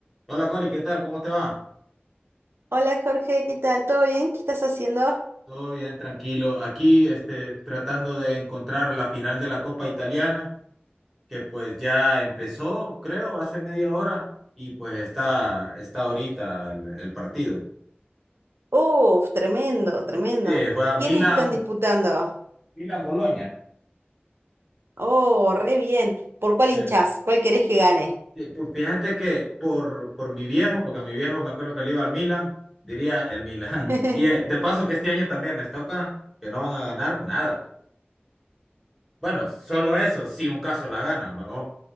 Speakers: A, in the centre; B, on the right.
A: Hola Cori, ¿qué tal? ¿Cómo te va?
B: Hola Jorge, ¿qué tal? ¿Todo bien? ¿Qué estás haciendo?
A: Todo bien, tranquilo. Aquí, este, tratando de encontrar la final de la Copa Italiana, que pues ya empezó, creo, hace media hora, y pues está, está ahorita el, el partido.
B: Uf, tremendo, tremendo.
A: Eh, juega
B: ¿Quiénes
A: Milan,
B: están disputando?
A: Milan-Boloña.
B: Oh, re bien. ¿Por cuál hinchás?
A: Sí.
B: ¿Cuál querés que gane?
A: Sí, Pues fíjate que por, por mi viejo, porque a mi viejo me acuerdo que le iba al Milan, diría el Milan.
B: <laughs>
A: <laughs> Y eh, de paso que este año también les toca que no van a ganar nada. Bueno, solo eso, si un caso la ganan, ¿va?